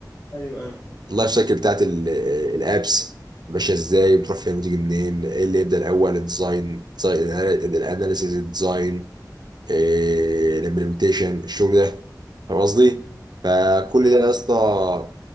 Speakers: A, on the left (about 70°); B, on the right (about 75°).
A: ايوه ايوه
B: اللايف سايكل بتاعت الابس ماشيه ازاي بتروح فين وتيجي منين ايه اللي يبدا الاول الديزاين الاناليسيز الديزاين الامبلمنتيشن الشغل ده فاهم قصدي
A: مم.
B: فكل
A: ايوه
B: ده يا
A: أيوة.
B: اسطى